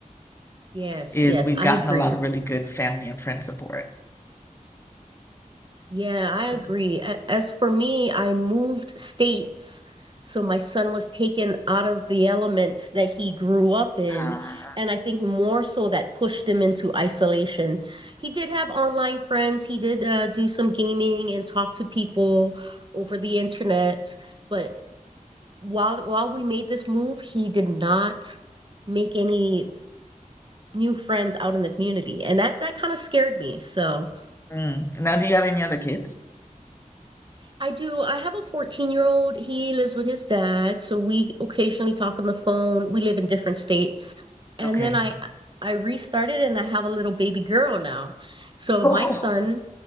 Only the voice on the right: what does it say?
Yes,
yes,
I
agree.
Yeah,
I agree. A- As for me, I moved states. So my son was taken out of the element that he grew up in.
And I think more so that pushed him into isolation. He did have online friends. He did uh, do some gaming and talk to people over the internet. But while while we made this move, he did not make any new friends out in the community. And that that kind of scared me. So
I do. I have a 14 year old. He lives with his dad, so we occasionally talk on the phone. We live in different states. And
then I I restarted and I have a little baby girl now. So
my son